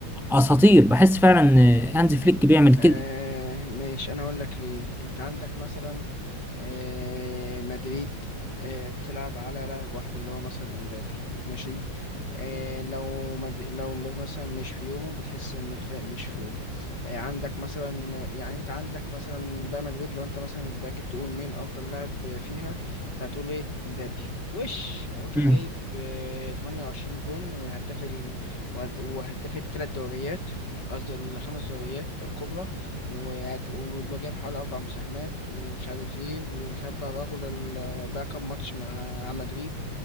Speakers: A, in the centre; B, on the left.
A: اساطير بحس فعلا ان هانز فليك بيعمل كده
B: آه ماشي انا اقول لك ليه انت عندك مثلا آه مدريد آه بتلعب على لاعب واحد اللي هو مثلا امبابي ماشي آه لو مد... لو مبابي مثلا مش في يومه بتحس ان الفريق مش في يومه آه عندك مثلا يعني انت عندك مثلا بقى مدريد لو انت مثلا باجي تقول مين افضل لاعب فيها هتقول ايه امبابي وش الراجل
A: مم.
B: جايب آه 28 جون وهداف ال... وهد- وهداف الثلاث دوريات قصدي الخمس دوريات الكبرى ويعج- وجاب حوالي أربع مساهمات ومش عارف إيه ومش عارف بقى الراجل ال- بقى كام ماتش مع مع مدريد